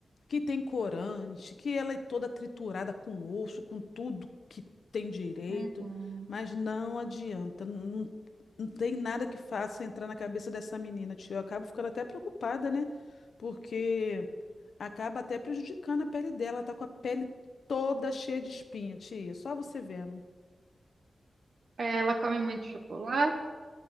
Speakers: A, on the left; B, on the right.
A: que tem corante, que ela é toda triturada com osso, com tudo que tem direito,
B: Uhum.
A: mas não adianta, não, não tem nada que faça entrar na cabeça dessa menina, tio. Eu acabo ficando até preocupada, né? Porque acaba até prejudicando a pele dela, ela tá com a pele toda cheia de espinha, tia, só você vendo.
B: Ela come muito chocolate?